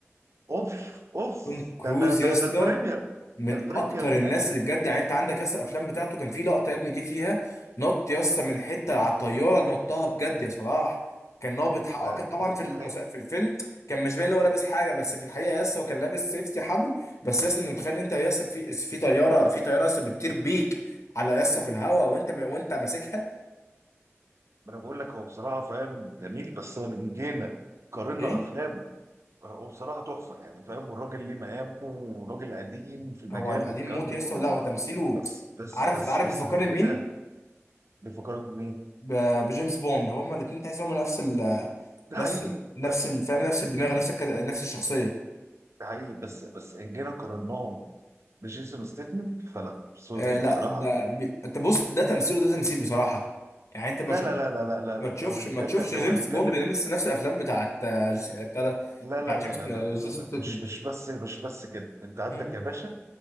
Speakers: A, on the right; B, on the left.
A: اوف اوف
B: توم كروز
A: ده ده
B: يسطا
A: ده ده البريمير
B: من
A: ده البريمير
B: اكتر
A: يا باشا
B: الناس اللي بجد يعني انت عندك ياسر الافلام بتاعته كان في لقطه يا ابني جه فيها نط ياسر من حته على الطياره نطها بجد يا صلاح كان نابط حق- اه
A: ده
B: كان طبعا
A: يا-
B: في المس...
A: أي-
B: في الفيلم كان مش باين إن هو لابس حاجه بس في الحقيقه ياسر هو كان لابس سيفتي حبل بس ياسر انت متخيل إن انت ياسر في في طياره في طياره ياسر بتطير بيك على ياسر في الهواء وانت م... وانت ماسكها
A: ما انا بقول لك هو بصراحه فاهم جميل بس هو لما جينا قارنا
B: ايه
A: افلامه هو بصراحه تحفه يعني فاهم والراجل ليه مقامه وراجل قديم في المجال
B: هو قديم
A: والكلام
B: موت
A: ده
B: ياسر
A: كله
B: لا وتمثيله
A: بس بس
B: عارف
A: بس
B: عارف
A: بس
B: بيفكرني
A: لو جينا
B: مين
A: نفكرك بمين
B: ب- بجيمس بوند هما الاثنين تحس هما نفس ال
A: ده
B: نفس
A: حقيقي
B: نفس
A: ده
B: ال- فاهم نفس
A: ده-
B: الدماغ نفس الك... نفس الشخصيه
A: ده حقيقي بس بس ان جينا قارناه بجيسون ستيتمنت فلا سوري
B: آه لا
A: بصراحه
B: ده بي... انت بص ده تمثيل وده تمثيل بصراحه يعني انت ما
A: لا
B: شو...
A: لا لا لا لا لا
B: ما تشوفش
A: لو هنتكلم
B: ما تشوفش
A: لو
B: جيمس
A: هنتكلم
B: بوند بيلمس نفس الافلام بتاعت آه، جيس... بتاع ده
A: لا
B: بتاع
A: لا
B: جيمس
A: لا لا
B: آه،
A: لا لا
B: جيسون
A: لا لا.
B: ستيتمنت
A: مش مش بس مش بس كده انت عندك
B: مم.
A: يا باشا